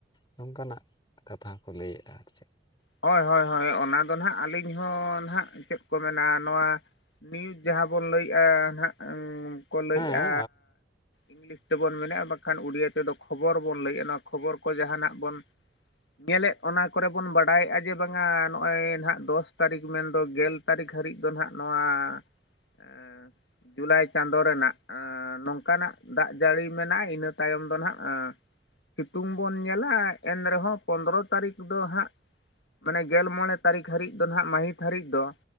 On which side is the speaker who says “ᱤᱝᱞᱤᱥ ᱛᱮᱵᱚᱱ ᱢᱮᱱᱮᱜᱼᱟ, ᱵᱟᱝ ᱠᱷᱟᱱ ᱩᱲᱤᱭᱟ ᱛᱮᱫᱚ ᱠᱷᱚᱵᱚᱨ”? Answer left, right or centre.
Left